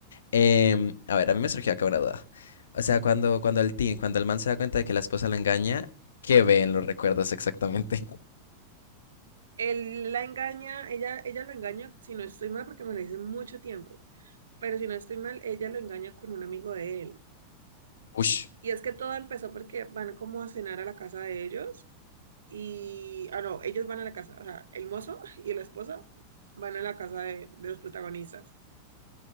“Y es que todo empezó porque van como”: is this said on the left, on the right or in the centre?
Right